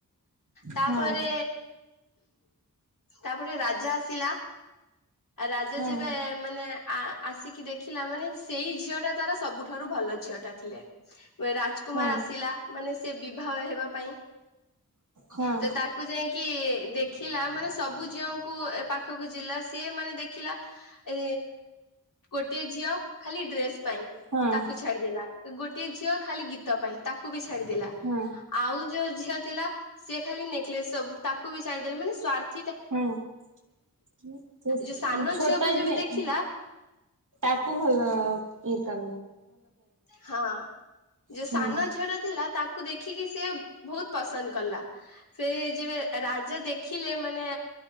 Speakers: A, on the left (about 65°); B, on the right (about 60°).
A: ତାପରେ
B: ହଉ
A: ତାପରେ ରାଜା ଆସିଲା। ଆ ରାଜା
B: ହଁ
A: ଯବେ ମାନେ ଆ ଆସିକି ଦେଖିଲା ମାନେ ସେଇ ଝିଅ ଟା ତାର ସବୁଠାରୁ ଭଲ ଝିଅ ଟା ଥିଲେ। ରାଜକୁମାର
B: ହଁ
A: ଆସିଲା। ମାନେ ସେ ବିବାହ ହେବା ପାଇଁ
B: ହଁ
A: ତ ତାକୁ ଯାଇକି ଦେଖିଲା ମାନେ ସବୁ ଝିଅଙ୍କୁ ଏ ପାଖକୁ ଯିଲା ସିଏ ମାନେ ଦେଖିଲା ଏ ଗୋଟିଏ ଝିଅ ଖାଲି ଡ୍ରେସ୍ ପାଇଁ
B: ହଁ
A: ତାକୁ ଛାଡିଦେଲା ଗୋ ଗୋଟିଏ ଝିଅ ଖାଲି ଗୀତ ପାଇଁ ତାକୁ ବେଶି ଛାଡିଦଲା
B: ହଁ
A: ଆଉ ଯୋଉ ଥିଲା। ସେ ଖାଲି ନେକଲେସ ସବୁ ତାକୁ ବି ସାରିଦେଲେ ମାନେ ସଵାର୍ଥ
B: ହୁଁ
A: ଯୋଉ ସାନ
B: ଛୋଟ
A: ଝିଅକୁ
B: ଯଝିଏ
A: ଯେବେ ଦେଖିଲା
B: ତାକୁ ଭଲ ଇଏ କ
A: ହଁ ଯୋଉ
B: ହୁଁ
A: ସାନ ଝିଅର ଥିଲା ତାକୁ ଦେଖି ଦେଖିକି ସି ବହୁତ ପସନ୍ଦ କଲା ସେ ଯେବେ ରାଜା ଦେଖିଲେ ମାନେ